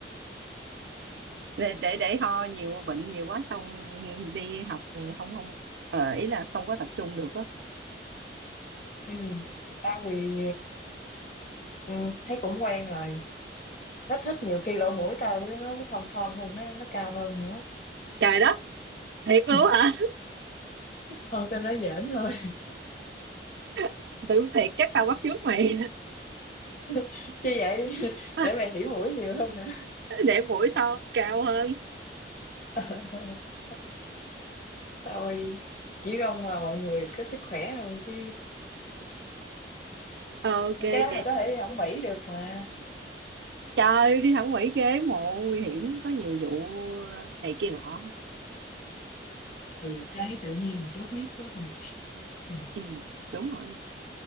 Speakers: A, on the right; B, on the left.
A: để, để, để ho nhiều, bệnh nhiều quá, xong đi học không, không, ờ, ý là không có tập trung được á.
B: ừ. tao bị ừ, thấy cũng quen rồi hết thích nhiều khi lỗ mũi tao với nó thon thon hơn nó nó cao hơn nữa
A: Trời đất, thiệt luôn
B: <laughs>
A: hả?
B: thôi tao nói giỡn thôi
A: <laughs> Tưởng thiệt chắc tao bắt chước mày.
B: <laughs> chứ vậy
A: <laughs>
B: để mày hiểu mũi nhiều hơn nữa
A: để mũi to cao hơn
B: <laughs> thôi chỉ mong là mọi người có sức khỏe thôi chứ
A: Ờ, ok
B: cái đó
A: để
B: mày có thể đi học Mỹ được mà
A: trời ơi, đi thẩm mỹ ghế mộ nguy hiểm có nhiều vụ ờ, này kia nọ
B: ừ cái tự nhiên là tốt nhất của mày ừ.
A: ừ, đúng rồi